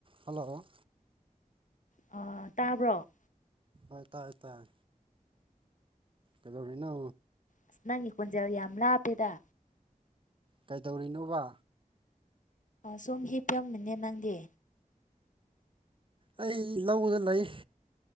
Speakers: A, on the right (about 40°); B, on the left (about 60°).
A: Hello
B: ꯑ ꯇꯥꯕ꯭ꯔꯣ
A: ꯑ ꯇꯥꯏ ꯇꯥꯏ ꯀꯩꯗꯧꯔꯤꯅꯣ
B: ꯑꯁ ꯅꯪꯒꯤ ꯈꯣꯟꯖꯦꯜ ꯌꯥꯝ ꯂꯥꯞꯄꯤꯗ
A: ꯀꯩꯗꯧꯔꯤꯅꯣꯕ
B: ꯁꯨꯝ ꯍꯤꯔꯝꯃꯤꯅꯦ ꯅꯪꯗꯤ
A: ꯑꯩ ꯂꯧꯗ ꯂꯩ